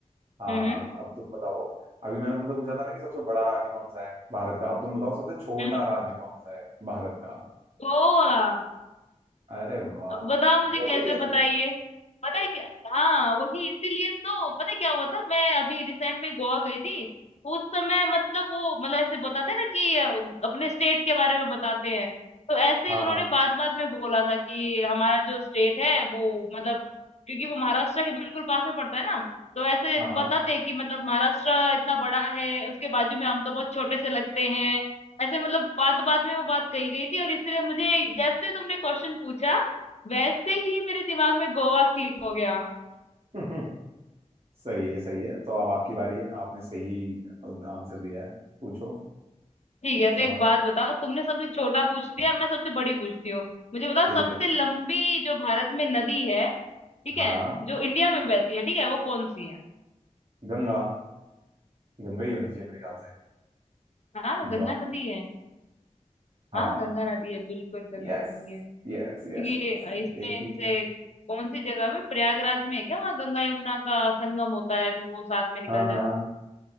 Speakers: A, on the right; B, on the left.
A: हाँ
B: हम्म
A: हाँ अब तुम बताओ अभी मैंने तुमसे पूछा था ना कि सबसे बड़ा राज्य कौन सा है भारत का अब तुम बताओ सबसे छोटा
B: हम्म।
A: राज्य कौन सा है भारत का
B: गोवा
A: अरे वाह
B: अब बताओ मुझे
A: गोवा
B: कैसे
A: गई हो तुम
B: बताइए पता है क्या हाँ वही इसीलिए तो पता है क्या हुआ था मैं अभी रिसेंट में गोवा गई थी उस समय मतलब वो मतलब ऐसे बताते हैं ना कि अ, अपने स्टेट के बारे में बताते हैं तो ऐसे
A: हाँ
B: ही उन्होंने
A: हाँ
B: बात बात में बोला था कि हमारा जो स्टेट है वो मतलब क्योंकि वो महाराष्ट्र के बिल्कुल पास में पड़ता है ना तो ऐसे
A: हाँ
B: बताते हैं कि मतलब महाराष्ट्र इतना बड़ा है उसके बाजू में हम तो बहुत छोटे से लगते हैं ऐसे मतलब बात बात में वो बात कही गई थी और इसलिए मुझे जैसे ही तुमने क्वेश्चन पूछा वैसे ही मेरे दिमाग में गोवा क्लिक हो गया
A: हाँ <laughs> सही है सही है तो अब आपकी बारी है आपने सही आंसर दिया है पूछो
B: ठीक है तो
A: सवाल
B: एक बात बताओ तुमने सबसे छोटा पूछ लिया मैं सबसे बड़ी पूछती हूँ मुझे बताओ
A: ठीक
B: सबसे
A: है
B: लंबी जो भारत में नदी है ठीक
A: हाँ
B: है जो इंडिया में बहती है ठीक है वो कौन सी है
A: गंगा गंगा ही होनी चाहिए मेरे ख्याल से
B: हाँ
A: बताओ
B: गंगा नदी है
A: हाँ
B: हाँ गंगा नदी है बिल्कुल गंगा
A: यस
B: नदी है
A: यस
B: तो क्योंकि
A: यस यस
B: इसमें
A: देख रही
B: जैसे
A: हो
B: कौन सी जगह पे प्रयागराज में है क्या वहाँ गंगा यमुना का संगम होता है फिर वो साथ में निकल
A: हाँ
B: जाती
A: हाँ
B: है